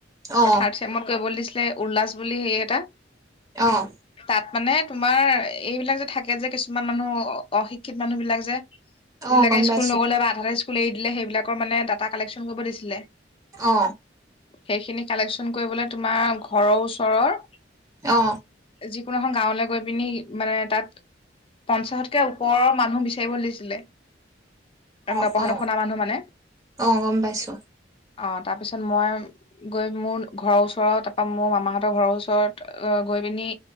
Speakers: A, on the right; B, on the left.
A: অ
B: তই থাৰ্ড চেমত কৰিব দিচ উল্লাস বুলি সেই এটা
A: অহ
B: তাত মানে তোমাৰ এইবিলাক যে থাকে যে কিছুমান মানুহ অশিক্ষিত মানুহ বিলাক যে যিবিলাকে
A: অ গম পাই
B: স্কুল নগ'লে বা আধাতে স্কু স্কুল এৰি দিলে সেইবিলাকৰ মানে ডাটা কালেকন কৰিব দিছিলে
A: অ
B: সেইখিনি কালেকচন কৰিবলে তোমাৰ ঘৰৰ ওচৰৰ
A: অ
B: যিকোনো এখন গাঁৱলে গৈ পিনি মানে তাত পঞ্চাশতকে ওপৰৰ মানুহ বিচাৰিব দিছিলে
A: অ
B: নপঢ়া
A: অ
B: নুশুনা মানুহ মানে
A: অ গম পাইছো
B: অ তাৰপিছত মই গৈ মোৰ ঘৰৰ ওচৰত তাপা মোৰ মামাহঁতৰ ঘৰৰ ওচৰত গৈ পিনি